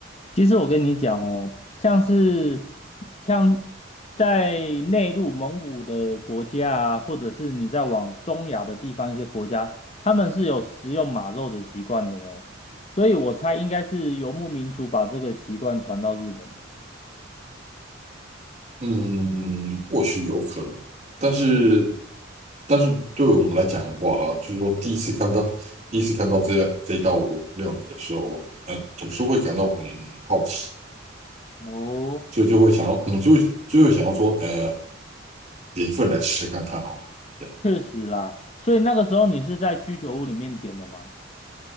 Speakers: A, on the left; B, on the right.
A: 其实我跟你讲哦，像是像在内陆蒙古的国家啊，或者是你在往中亚的地方一些国家，他们是有食用马肉的习惯的哦，所以我猜应该是游牧民族把这个习惯传到日本的。
B: 嗯，或许有可能，但是
A: 嗯，
B: 但是对我们来讲的话，就是说第一次看到第一次看到这这道料理的时候，呃，总是会感到很好奇，
A: 哦，
B: 所以就会想要，嗯，就会就会想要说，呃，点一份来吃看看哦。对，
A: 确实啦，所以那个时候你是在居酒屋里面点的吗？